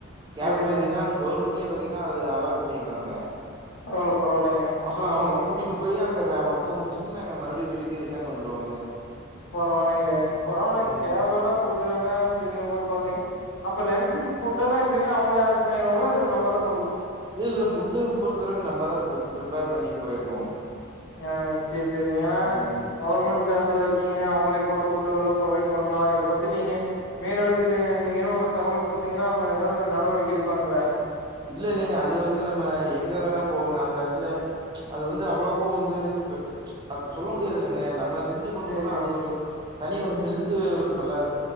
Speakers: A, on the right; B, on the left.
A: கேபு
B: சேரிங்க
A: பாத்தீன்னா அது கவுர்மெண்ட்லே பாத்தீங்ன்னா அது அலாட் பண்ணிருக்காங்க
B: பரவால்ல பரவால்லைங்க
A: அப்ப
B: சொல்லுங்க
A: அவுங்க
B: சொல்லுங்க
A: கூட்டிட்டு போய் அங்க வே ஒர்க்க முடிச்சுட்டு நாங்க மறுபடியு வீட்டுக்கு ரிட் டன் வந்துருவோங்க
B: பரவாலைங்களே பரவால்ல
A: ம்
B: கேப் எல்லா குடுக்குறாங்க அப்படிங்க போது பாத்தீங்க அப்ப லன்ச்சுக்கு ஃபுட் எல்லா எப்படிங்க அவங்களே அரேன்ஜ் பண்ணிடுவாங்களா இல்ல நம்ம தா
A: இல்ல இல்ல ஃபுட்டு் ஒவ்வொருத்தருக்கு நம்ம தா ப்ரி ப்ரிப்பேர் பண்ணிட்டு போய்ர்ணு
B: ஆ சேர் செரிங்க ஏனா
A: ம்
B: கவர்மெண்ட் ஜாப்ல இருக் கீங்க அவங்களே கூட ஃபுட்டு் எல்லா புரொவைட் பண்லா இத பத்தி நீங்க மேல் எடத்துக்கு நீங்களு தகவல் குடுத்தீங்கன்னா அவங்க எதாது நடவடிக்க எடுப்பாங்கல்ல
A: இல்ல இல்லைங்க அது வந்து நம்ம எங்க வேணா போவோங்க அந்த எடத்துல அது வந்து அவ்ளோக்கு வந்து அது சொல்ல முடியாது இல்லங்க நம்ம செஞ்சு கொண்டு
B: சேரி
A: போனா
B: சேரிங்க
A: அது ஒரு தனி ஒரு ஹெல்த்து ஒரு நல்லா இருக்